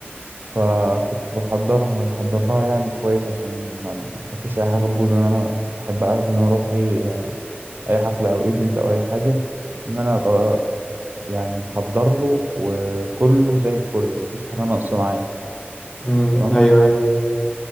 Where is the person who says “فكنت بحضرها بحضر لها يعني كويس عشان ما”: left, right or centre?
Right